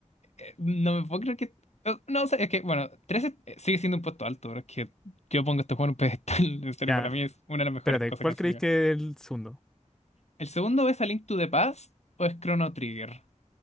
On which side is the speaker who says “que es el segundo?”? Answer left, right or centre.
Centre